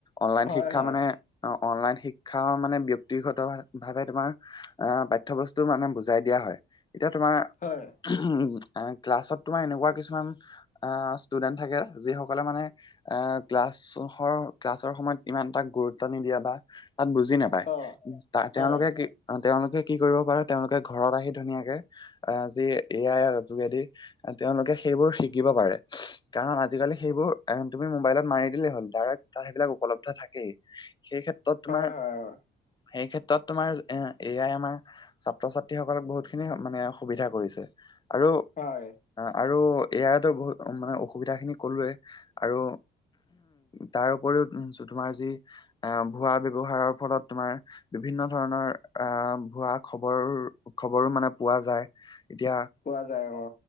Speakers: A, on the left; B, on the left.
A: অনলাইন
B: হয়
A: শিক্ষা
B: হয়
A: মানে, অ অনলাইন শিক্ষা মানে ৰ্দীঘতম ভাৱে তোমাৰ, আহ পাঠ্যবস্তু মানে বুজাই দিয়া হয়। এতিয়া তোমাৰ
B: হয়।
A: আ, ক্লাছত তোমাৰ এনেকুৱা কিছুমান আ, ষ্টুডেন্ট থাকে, যিসকলে মানে আ ক্লাছৰ, ক্লাছৰ সময়ত ইমান তাক গুৰুত্ব নিদিয়ে বা তাত বুজি নাপ পাই।
B: অ'
A: তেওঁলোকে
B: হয়
A: কি, তেওঁলোকে কি কৰিব পাৰে, তেওঁলোকে ঘৰত আহি ধুনীয়াকে অ, আজি এ আইৰ যোগেদি তেওঁলোকে সেইবোৰ শিকিব পাৰে। কাৰণ, আজিকালি সেইবোৰ তুমি মোবাইলত মাৰি দিলেই হ'ল, ডাইৰেক তাত সেইবিলাক উপলব্ধ থাকেই। সেই ক্ষেত্ৰত
B: হয়
A: তোমাৰ
B: হয় অ'
A: সেই ক্ষেত্ৰত তোমাৰ, এ আই আমাৰ ছাত্ৰ-ছাত্ৰীসকলক বহুত খিনি মানে সুবিধা কৰিছে। আৰু
B: হয়।
A: অ, আৰু এ আইৰ টো বহুত মানে, অসুবিধা খিনি কলোৱেই। আৰু তাৰ উপৰিও তোমাৰ যি, আহ ভুৱা ব্যৱহাৰৰ ফলত তোমাৰ বিভিন্ন ধৰণৰ আ ভুৱা খবৰ, খবৰো মানে পোৱা যায়। এতিয়া
B: পোৱা যায়, অ।